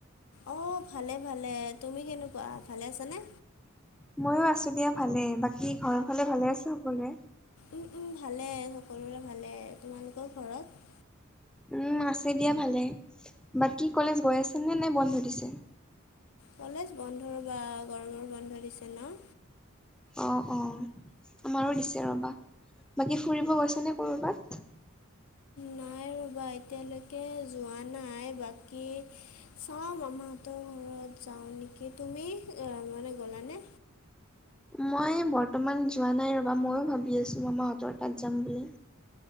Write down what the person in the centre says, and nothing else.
মইয়ো আছো দিয়া ভালে। বাকী ঘৰৰ ফালে ভালে আছে সকলোৱে?
উম আছে দিয়া ভালে বাকী কলেজ গৈ আছা নে নাই বন্ধ দিছে?
অঁ অঁ আমাৰো দিছে ৰবা। বাকী ফুৰিব গৈছা নে কৰ'বাত
মই বৰ্তমান যোৱা নাই ৰবা ময়ো ভাবি আছো আমাৰ <unintelligible> তাত যাম বুলি